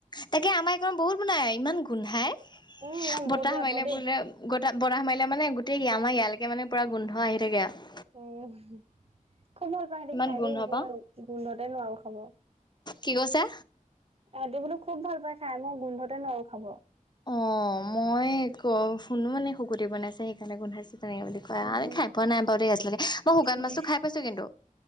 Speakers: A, on the left (about 30°); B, on the right (about 45°).
A: তাকে আমাৰ এইকনত বহুত বনাই, ইমান গোন্ধাই
B: উম মই
A: বতাহ
B: বহুত বেয়া
A: মাৰিলে
B: পাওঁ দেই
A: বোলে, গটা বতাহ মাৰিলে মানে গোটেই আমাৰ ইয়াৰলৈকে মানে পোৰা গোন্ধ আহি থাকে আৰু।
B: উম, খুব ভাল পাই
A: ইমান
B: খাই
A: গোন্ধ
B: দেই মই
A: পাওঁ।
B: গোন্ধতে নোৱাৰোঁ খাব।
A: কি কৈছা?
B: তাহঁতি বোলোঁ খুব ভাল পাই খাই, মই গোন্ধতে নোৱাৰোঁ খাব।
A: অ, মই ক শুনো মানে শুকুতি বনাইছে সেইকাৰণে গোন্ধাইছে তেনেকে বুলি কয়।
B: উম
A: আমি খাই, পোৱা নাই বাৰু দেই আজিলৈকে, মই শুকান
B: উম
A: মাছটো খাই পাইছোঁ কিন্তু,